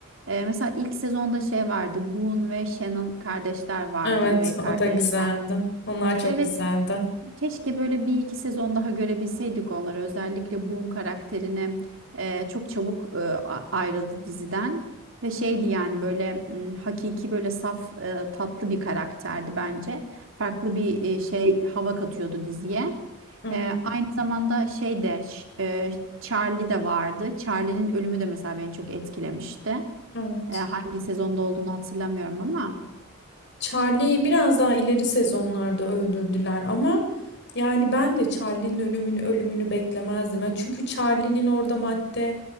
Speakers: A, on the right; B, on the left.
A: E, mesela ilk sezonda şey vardı. Boone ve Shannon kardeşler vardı,
B: Evet,
A: üvey kardeşler.
B: o da güzeldi. Onlar çok
A: Evet,
B: güzeldi.
A: Keşke böyle bir iki sezon daha görebilseydik onları. Özellikle Boone karakterine e, çok çabuk e, a- ayrıldı diziden. Ve şeydi yani böyle m, hakiki böyle saf e, tatlı bir karakterdi bence. Farklı bir e, şey hava katıyordu diziye.
B: Aynen.
A: E, aynı zamanda şey de ş- e, Charlie de vardı. Charlie'nin ölümü de mesela beni çok etkilemişti.
B: Evet.
A: E, hangi sezonda olduğunu hatırlamıyorum ama.
B: Charlie'yi biraz daha ileri sezonlarda öldürdüler ama yani ben de Charlie'nin ölümünü ölümünü beklemezdim. Ya çünkü Charlie'nin orada madde